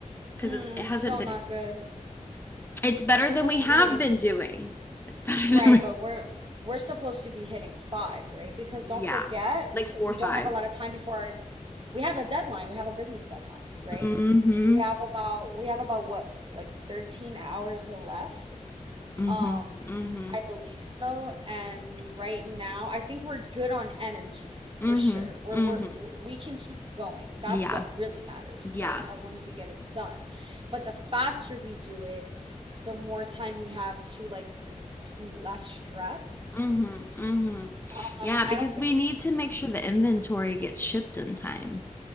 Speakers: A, on the left; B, on the right.
A: cuz
B: Mm,
A: it hasn't
B: still
A: been
B: not good.
A: it's better
B: We're supposed
A: than we
B: to
A: have
B: be hitting
A: been doing. It's <laughs> better
B: Right,
A: than we
B: but we're we're supposed to be hitting five, right? Because
A: Yeah.
B: don't forget,
A: Like 4
B: we
A: or 5.
B: don't have a lot of time before our, we have a deadline. We have a business deadline, right?
A: Mhm.
B: We have about we have about what, like 13 hours left?
A: Mhm.
B: Um,
A: Mhm.
B: I believe so. And right now, I think we're good on energy for
A: Mhm.
B: sure. We're
A: Mhm.
B: we're we can keep going. That's
A: Yeah.
B: what really matters,
A: Yeah.
B: right? As long as we get it done. But the faster we do it, the more time we have to like less stress.
A: Mhm. Mhm.
B: Um,
A: Yeah,
B: I
A: because
B: don't think
A: we need to make sure the inventory gets shipped in time.